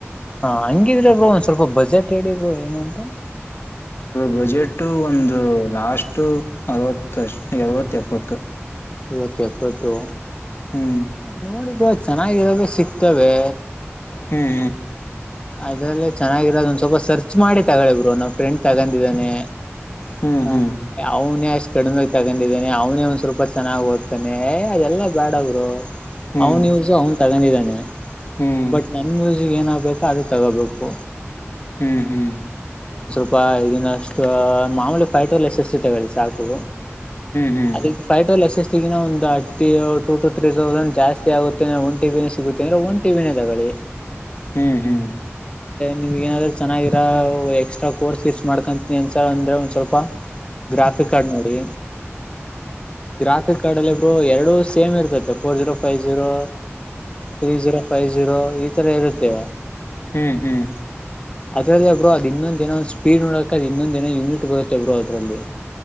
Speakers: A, on the left; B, on the left.
A: ಹಾ ಹಂಗಿದ್ರ ಬ್ರೋ ಒಂದ್ ಸ್ವಲ್ಪ ಬಜೆಟ್ ಹೇಳಿ ಬ್ರರು ಏನುಂತ
B: ಬಜೆಟ್ ಒಂದು ಲಾಸ್ಟ್ ಅರವತ್ತ ಎರವತ್ತ ಎಪ್ಪತ್ತು
A: ಇವತ್ತು ಎಪ್ಪತ್ತು
B: ಹ್ಮ್
A: ನೋಡಿ ಬ ಚೆನ್ನ ಸಿಗ್ತವೆ
B: ಹ್ಮ್
A: ಅದ್ರೇ ಚೆನ್ನಾಗಿರೋದ ಒಂದ್ ಸ್ವಲ್ಪ ಸರ್ಚ್ ಮಾಡಿ ತಗಳಿ ಬರು ನಮ್ಮ್ ಫ್ರೆಂಡ್ ತಗೊಂಡಿದ್ದಾನೆ
B: ಹ್ಮ್
A: ಹಾ
B: ಹ್ಮ್ ಹ್ಮ್
A: ಅವನ ಕಡಿಮೆಾಗ ತಗೊಂಡಿದ್ದಾನೆ ಅವನೇ ಒಂದ ಸ್ವಲ್ಪ ಚೆನ್ನಾಗಿ ಓದ್ತಾನೇ ಅದೆಲ್ಲ ಬೇಡ ಅವರು <unintelligible>
B: ಹ್ಮ್
A: ಅವನ್ ಯೂಸು ಅವ್ನ್ ತಗೊಂಡಿದ್ದಾನೆ
B: ಹ್ಮ್
A: ಬಟ್ ನನ್ ಮ್ಯೂಸಿಗೆ ಏನ ಆಗ್ಬೇಕು ಅದೇ ತಕೋಬೇಕು
B: ಹ್ಮ್ ಹ್ಮ್
A: ಪ್ಪ ಇದನ್ನ ಅಷ್ಟು ಮಾಮೂಲಿ ಫೈಟಲ್ಲಿ ಎಸ್ಸ್ತಿ ತಗೊಳ್ಳಿ ಸಾಕು
B: ಹ್ಮ್ ಹ್ಮ್ ಹ್ಮ್ ಹ್ಮ್
A: ಅದ ಫೈ ಟಲ್ ಎಸ್ ಎಸ್ಗಿನ ಒಂದು ಟು ಟು ತ್ರೀ ತೌಸಂಡ್ ಜಾಸ್ತಿ ಆಗುತ್ತೆ ಅಂದೆ ಒ ಟಿನೇ ಸಿಗುತ್ತೆ ಅಂದ್ರೆ ಒನ್ ಟಿನೇ ತಗೊಳ್ಳಿ
B: ಹ್ಮ್ ಹ್ಮ್
A: ನಿಮ್ಗ ಏನಾದ್ರು ಚೆನ್ನಾಗಿರ ಎಕ್ಸ್ಟ್ರಾ ಕೋರ್ಸ್ಸ್ ಮಾಡ್ಕೊಂಡ ಸ ಅಂದ್ರೆ ಒಂದ್ ಸ್ವಲ್ಪ ಗ್ರಾಫಿಕ್ ಆಡ್ ನೋಡಿ ಗ್ರಾಫಿ ಕಾರ್ಡ್ ಅಲ್ಲಿ ಬ ಎಡು ಸೇಮ್ ಇರ್ತತೆ four zero five zero three zero five zero ಈ ತರ ಇರುತ್ತೆ
B: ಹ್ಮ್ ಹ್ಮ್
A: ಅದ್ರಲ್ಲಿಬ್ರು ಅದು ಇನ್ನೊಂದ್ ಜನ ಒಂದ ಸ್ಪೀಡ್ ನೋಡಕ ಅ ಇನ್ನೊಂದ ಜನ ಯೂನಿಟ್ ಬರುತ್ತೆ ಬರು ಅದ್ರಲ್ಲಿ